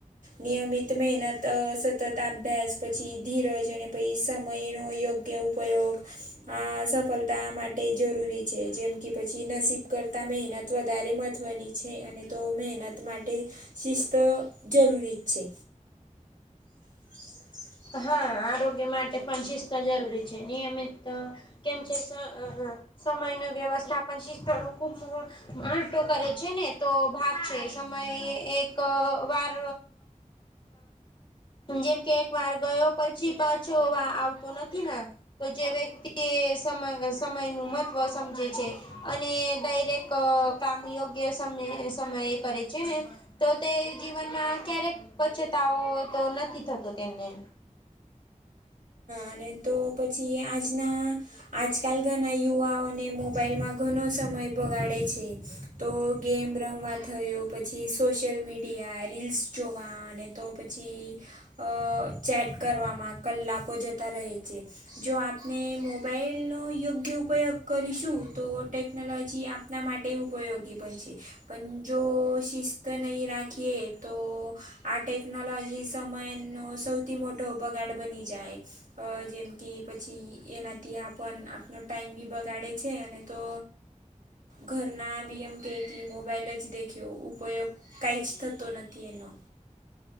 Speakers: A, on the right; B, on the left.
A: નિયમિત મહેનત સતત અભ્યાસ પછી ધીરજ અને પછી સમય નો યોગ્ય ઉપયોગ આ સફળતા માટે જરૂરી છે જેમ કે પછી નસીબ કરતા મહેનત વધારે મહત્વની છે અને તો મહેનત માટે શિસ્ત જરૂરી જ છે. <inaudible>
B: હા આરોગ્ય માટે પણ શિસ્ત જરૂરી છે નિયમિત <unintelligible> સમય ન વ્યવસ્થાપન શિસ્ત ખુબ આલટો કરે છે ને તો ભાગ છે. સમયે એક વાર જેમ કે એક વાર ગયો પછી પાછો આવતો નથી ને તો જે વ્યક્તિ એ સમ સમય નું મહત્વ સમજે છે. અને દાયરેક કામ યોગ્ય સમયે કરે છે ને તો તે જીવનમાં ક્યારેક પછતાવો તો નથી થતો. તેને
A: અને તો પછી આજના આજકાલ ઘણા યુવાઓને મોબાાઈલમાં ઘણો સમય બગાડે છે તો ગેમ રમવા થયો પછી સોશિયલ મીડિયા રીલ્સ જોવા અને તો પછી અ ચેટ કરવામાં કલાકો જતા છે જો આપણે મોબાઈલનો યોગ્ય ઉપયોગ કરીશું તો ટે ટેકનોલોજી આપણા માટે ઉપયોગી પણ છે પણ જો શિસ્ત નહીં રાખે કીએ તો આ ટેકનોલોજી સમયનો સૌથી મોટો બગાડ બની જાય. જેમ કે પછી એનાથી આપણ આપનો ટાઈમ બી બગાડે છે અને તો ઘરના બીય ઈમ કે કી મોબાઈલ જ દેખ્યો ઉપયોગ કંઈ જ થતો નથી એનો.